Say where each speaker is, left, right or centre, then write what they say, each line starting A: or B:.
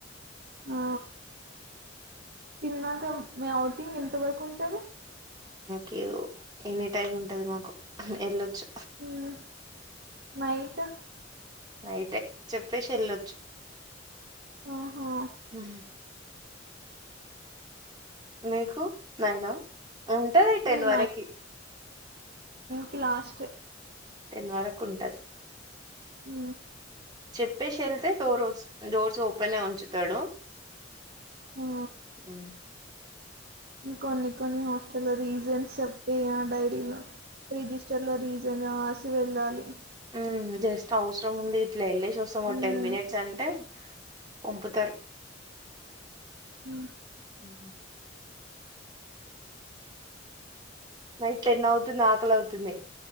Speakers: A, on the right; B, on the right.
A: ఆ తిన్నా క మ ఆవుటింగ్ త్త బయి కొంటది
B: క ఎనీ టైమ్ ఉంటది మాకు వెళ్లొచ్చు
A: హ మాతే
B: నయిటే చెప్పేసి వెల్లొచ్చు
A: ఆహా
B: అ మీకు నైనా ఉంటాది టెన్
A: ఉమ్
B: వరకి
A: క లాస్ట్
B: టెన్ వరకు ఉంటది.
A: ఉ
B: చెప్పేసి వెళ్తే డోర్ డోర్స్ ఓపెన్యి ఉంచుతాడు.
A: ఆ
B: అ
A: కొన్ని కొన్ని హాస్టల్లో రీజన్స్ చెప్పే ఆ డైరీలో రిజిస్టర్ లో రీజన్ వెళ్ళాలి
B: ఉ జస్త అవసరం ఉంది ఇట్లా వెళ్లేసస్తం ఓ
A: ఉమ్
B: టెన్ మినిట్స్ అంటే. పంపుతారు
A: ఉమ్
B: ఉహుమ్ నైట్ టెన్ అవుతుంది ఆకలి అవుతుంది.